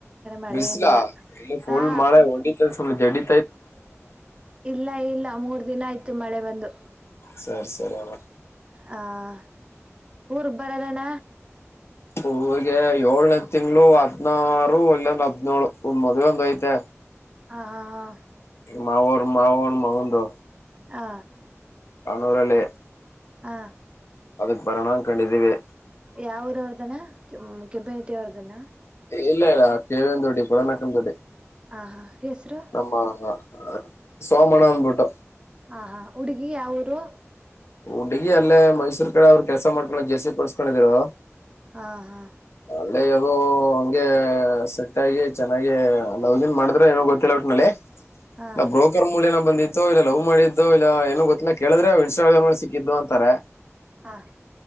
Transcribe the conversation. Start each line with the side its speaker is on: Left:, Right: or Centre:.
Right: ಮಳೆ
Left: ಬಿಸ್ಲ
Right: ಏನಿಲ್ಲ
Left: ಇಲ್ಲಿ ಫುಲ್
Right: ಹಾ
Left: ಮಳೆ ಹೊಡಿತೈತೆ ಜೆಡಿ
Right: ಇಲ್ಲ ಇಲ್ಲ ಮೂರ್ ದಿನ ಆಯ್ತು ಆಯ್ತು ಮಳೆ ಬಂದು
Left: ಸರಿ ಸರಿ ಅವ
Right: ಹ ಊರ್ಗ್ ಬರದಣ್ಣ
Left: ಹೂಗೆ ಏಳ್ನೇ ತಿಂಗಳು ಹದ್ನಾರು ಅಲ್ಲ ಒಂದ ಹದಿ ನೋಳು ಒಂದ್ ಮದ್ವೆ ಒಂದ ಐತೆ
Right: ಹಾ ಹಾ ಹಾ
Left: ಮಾವರ್ ಮಾವನ ಮಗಂದು
Right: ಹಾ
Left: ಕ್ಣೂರ ಅಲ್ಲೇ
Right: ಹಾ
Left: ಅದಕ್ ಪರಿಣಾಮ ಕಂಡಿದ್ದೀವಿ
Right: ಯಾವರ ಅವ್ರದಾನ ಕೆಂಪ್ಯುನಿಟಿ ಅವ್ರದನ
Left: ಇಲ್ಲ ಇಲ್ಲ ಕೇವಂದ ದೋಡ್ಡಿ ಕೊಡನಾಕ ದೋಡ್ಡಿ
Right: ಆಾ ಹಾ ಹೆಸರು
Left: ನಮ್ಮ ಹ ಸೋಮಣನ್ಬಟ್ಟ
Right: ಹ ಹಾ ಹುಡುಗಿ ಯಾವ ಊರು
Left: ಹುಡುಗಿ ಅಲ್ಲೇ ಮೈಸೂರ್ ಕಡೆ ಅವ್ರರು ಕೆಲಸ ಮಾಡ್ಕೊಂಡ ಜೆಸಿ ಕೊಡ್ಸ್ಕೊಂಡಿದ್ರು
Right: ಹಾ ಹಾ
Left: ಒಳ್ಳೆ ಅದುೋ ಹಂಗೆ ಸೆಟ್ಗಿ ಚೆನ್ನಾಗಿ ಲಗಿನ್ ಮಾಡಿದ್ರೆ ಏನೋ ಗೊತ್ತಿಲ್ಲ ಒಟ್ನಲ್ಲಿ
Right: ಹಾ
Left: ನಾ ಬ್ರೋಕರ್ ಮೂಲನ ಬಂದಿದ್ದ ಇಲ್ಲ ಲವ್ ಮಾಡಿದ್ದು ಇಲ್ಲ ಏನು ಗೊತ್ತಿಲ್ಲ ಕೇಳಿದ್ರೆ ಇನ್ಸ್ಟಾಗ್ರಾಮ್ ಅಲ್ಲಿ ಸಿಕ್ಕಿದ್ದು ಅಂತಾರೆ
Right: ಹಾ